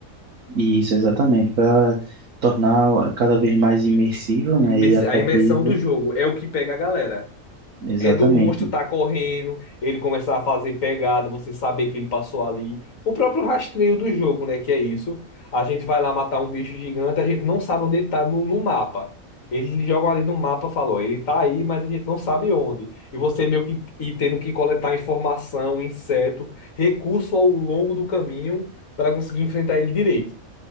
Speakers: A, on the right; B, on the left.
A: Isso, exatamente, para tornar cada vez mais imersivo, né,
B: Imer-
A: e atrativo,
B: A imersão do jogo é o que pega a galera.
A: exatamente,
B: É do monstro tá correndo, ele começar a fazer pegada, você saber que ele passou ali. O próprio rastreio do jogo, né? Que é isso. A gente vai lá matar um bicho gigante, a gente não sabe onde ele tá no, no mapa. Eles jogam ali no mapa, falou, ele tá aí, mas a gente não sabe onde. E você meio que e tendo que coletar informação, inseto, recurso ao longo do caminho para conseguir enfrentar ele direito.